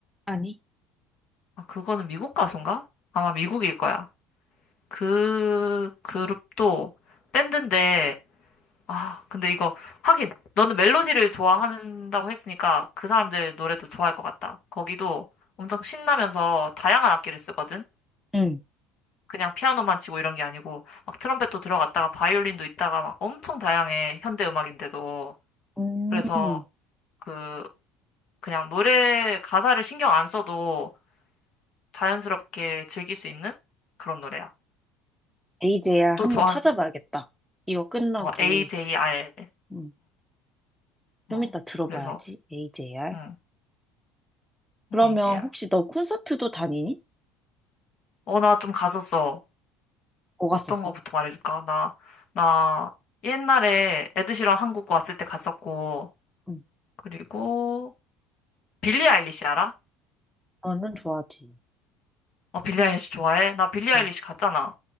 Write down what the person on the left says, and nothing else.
아, 그거는 미국 가수인가? 아마 미국일 거야. 그 그룹도 밴드인데 아 근데 이거 하긴 너는 멜로디를 좋아한다고 했으니까 그 사람들 노래도 좋아할 것 같다. 거기도 엄청 신나면서 다양한 악기를 쓰거든.
그냥 피아노만 치고 이런 게 아니고 막 트럼펫도 들어갔다가 바이올린도 있다가 막 엄청 다양해 현대 음악인데도
그래서 그 그냥 노래 가사를 신경 안 써도 자연스럽게 즐길 수 있는 그런 노래야.
또
좋아하는
어, AJR
어,
그래서,
응,
AJR.
어, 나 좀 갔었어.
어떤
거부터 말해줄까? 나, 나 옛날에 에드시런 한국 왔을 때 갔었고,
그리고 빌리 아일리시 알아?
어, 빌리 아일리시 좋아해? 나 빌리 아일리시
갔잖아.